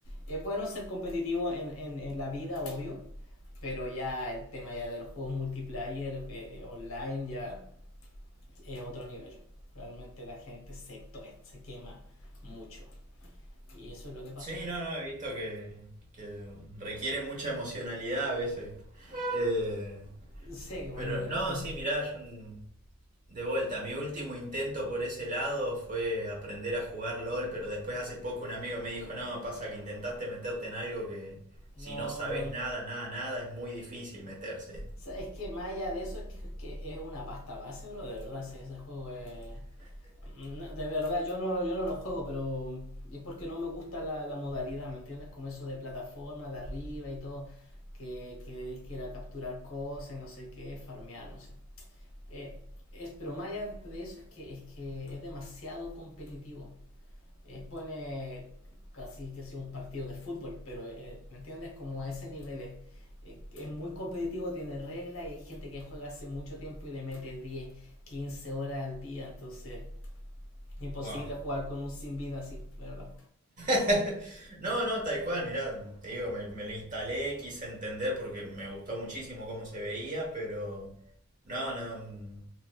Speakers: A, on the left; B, on the right.
A: Es bueno ser competitivo en, en, en la vida, obvio. Pero ya el tema ya de los juegos multiplayer, eh, online, ya es otro nivel. Realmente la gente se, se quema mucho. Y eso es lo que pasa.
B: Sí, no, no, he visto que, que requiere mucha emocionalidad a veces. Eh,
A: sé que mal
B: pero
A: de energía.
B: no, sí, mirá, yo, mm, de vuelta, mi último intento por ese lado fue aprender a jugar LOL, pero después hace poco un amigo me dijo, no, pasa que intentaste meterte en algo que si
A: No,
B: no sabes
A: bro.
B: nada,
A: O
B: nada, nada, es muy difícil meterse.
A: sea, es que más allá de eso, es que, que es una pasta base, bro. De verdad, ese, ese juego es No, de verdad, yo no, yo no lo juego, pero es porque no me gusta la, la modalidad, ¿me entiendes? Como eso de plataforma, de arriba y todo, que, que es que era capturar cosas, no sé qué, farmear, no sé. Eh, es, pero más allá de eso es que es, que es demasiado competitivo. Eh, pone casi que sea un partido de fútbol, pero eh, ¿me entiendes? Como a ese nivel es, eh, que es muy competitivo, tiene reglas y hay gente que juega hace mucho tiempo y le mete diez quince horas al día, entonces Imposible
B: Wow.
A: jugar con un sin vida así, ¿verdad?
B: <laughs> No, no, tal cual, mirá, te digo, me, me lo instalé, quise entender porque me gustó muchísimo cómo se veía, pero no, no, mm,